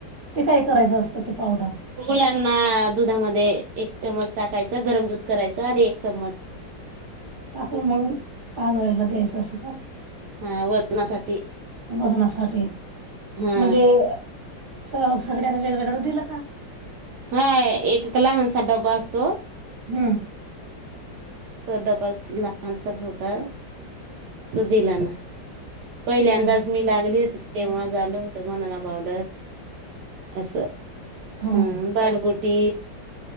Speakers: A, on the right; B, on the right.
A: ते काय करायचं असतं ते पावडर?
B: मुलांना दुधामध्ये एक चमच टाकायच गरम दूध करायच आणि एक चममच
A: टाकून मग पाजयला यच अस का
B: हा वजनासाठी
A: वजनासाठी
B: हा
A: म्हणजे सगळ्यांना वेगवेगळं दिलं का
B: हाय एक एक लहानसा डबा असतो
A: हम्म
B: तो डबा लहानसाच होता तो दिला ना पहिल्या अंदाज
A: हम्म.
B: मी लागली होती तेव्हा झालं होतं मनना पावडर असं
A: हो.
B: हा बालगुट टी